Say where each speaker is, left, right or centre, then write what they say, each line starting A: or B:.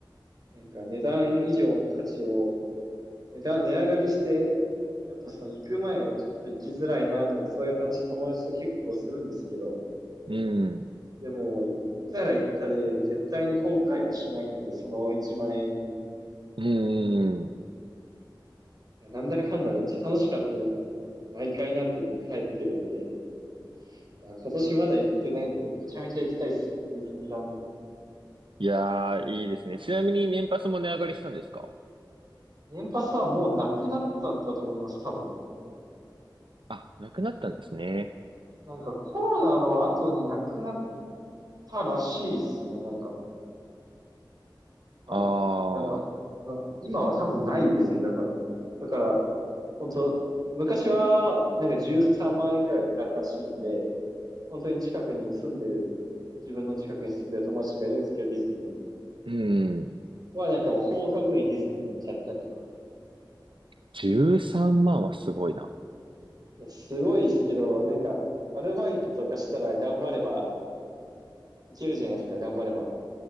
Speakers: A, on the right; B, on the right.
A: なんか値段以上の価値を、値段、値上がりして、やっぱその行く前はちょっと行きづらいなとか、そういう話友達と結構するんですけど、
B: うん。
A: でも、行ったら行ったで、絶対に後悔はしないんで、その1万円に
B: うーん。
A: なんだかんだめっちゃ楽しかったねって、毎回なって帰ってるんで、いや今年まだ行ってないんで、めちゃめちゃ行きたいっすね、ディズニーランド。
B: いやー、いいですね。ちなみに年パスも値上がりしたんですか
A: 年パスはもうなくなったんだと思います、多分。
B: あ、なくなったんですね。
A: なんかコロナの後になくなったらしいっすね、なんか。はい。
B: ああ
A: なんか、な今は多分ないですね、だから。だから、本当昔は、なんか13万円くらいで買えたらしいんで、本当に近くに住んでる、自分の近くに住んでる友達とかいるんですけど、ディズニーに。
B: うん。
A: はなんかもう放課後にディズニー行っちゃったりとか。
B: 13万はすごいな。
A: いや、すごいですけど、なんか、アルバイトとかしたら頑張ればいけるじゃないですか、頑張れば。